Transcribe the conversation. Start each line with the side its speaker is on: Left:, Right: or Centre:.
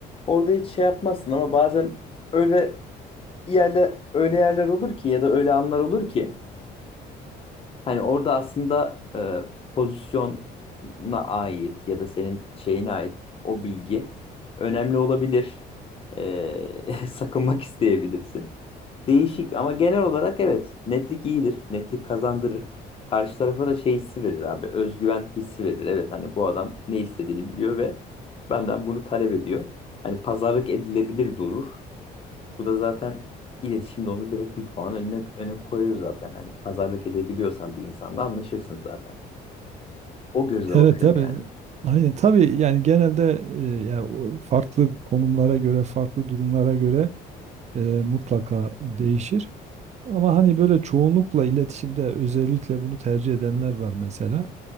Left: Orada hiç şey yapmazsın ama bazen öyle yerler öyle yerler olur ki ya da öyle anlar olur ki hani orada aslında e, pozisyona ait ya da senin şeyine ait o bilgi önemli olabilir. E, <laughs> sakınmak isteyebilirsin. Değişik ama genel olarak evet netlik iyidir. Netlik kazandırır. Karşı tarafa da şey hissi verir abi. Özgüven hissi verir. Evet hani bu adam ne istediğini biliyor ve benden bunu talep ediyor. Hani pazarlık edilebilir durur. Bu da zaten iletişimde onu direkt bir puan önüne, öne koyuyor zaten. Hani pazarlık edebiliyorsan bir insanla anlaşırsın zaten. O gözle
Right: Evet
Left: bakıyorum
Right: tabii.
Left: yani.
Right: Aynen tabii yani genelde e, ya o farklı konumlara göre, farklı durumlara göre e, mutlaka değişir. Ama hani böyle çoğunlukla iletişimde özellikle bunu tercih edenler var mesela.